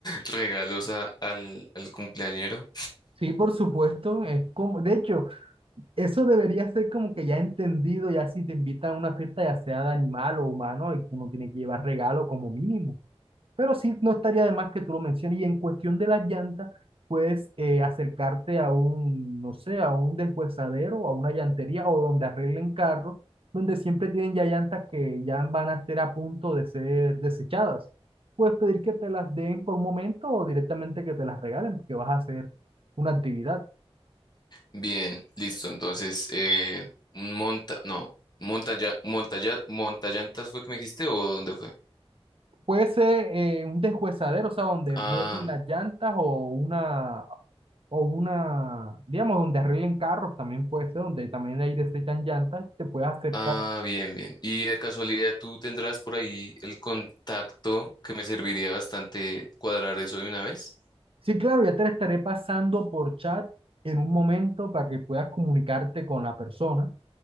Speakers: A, on the left; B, on the right.
A: regalos a- al, al cumpleañero?
B: Sí, por supuesto, es como, de hecho, eso debería ser como que ya entendido, ya si te invitan a una fiesta, ya sea de animal o humano, y uno tiene que llevar regalo como mínimo. Pero sí, no estaría de más que tú lo menciones. Y en cuestión de las llantas, puedes eh, acercarte a un, no sé, a un deshuesadero, a una llantería o donde arreglen carros, donde siempre tienen ya llantas que ya van a estar a punto de ser desechadas. Puedes pedir que te las den por un momento o directamente que te las regalen, porque vas a hacer una actividad.
A: Bien, listo. Entonces, eh, un monta, no, montaña, montaña, montallantas fue que me dijiste o dónde fue?
B: fuese eh, un deshuesadero, o sea, donde
A: Ah,
B: boten las llantas o una, o una, digamos, donde arreglen carros, también puede ser, donde también ahí desechan llantas, te puedes acercar.
A: ah, bien, bien. Y de casualidad tú tendrás por ahí el contacto que me serviría bastante cuadrar eso de una vez.
B: Sí, claro, ya te la estaré pasando por chat en un momento para que puedas comunicarte con la persona.